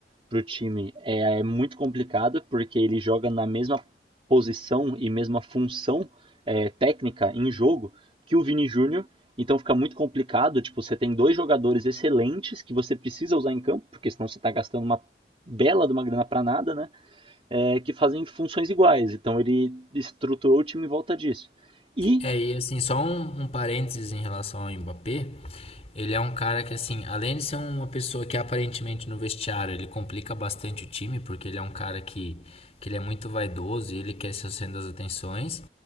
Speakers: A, on the right; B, on the left.
A: pro time, é, é muito complicado, porque ele joga na mesma posição e mesma função é, técnica em jogo que o Vini Júnior. Então fica muito complicado, tipo, você tem dois jogadores excelentes que você precisa usar em campo, porque senão você está gastando uma bela de uma grana para nada, né? é, que fazem funções iguais. Então ele estruturou o time em volta disso. E.
B: É, e assim, só um, um parênteses em relação ao Mbappé. Ele é um cara que, assim, além de ser uma pessoa que aparentemente no vestiário ele complica bastante o time, porque ele é um cara que, que ele é muito vaidoso e ele quer ser o centro das atenções.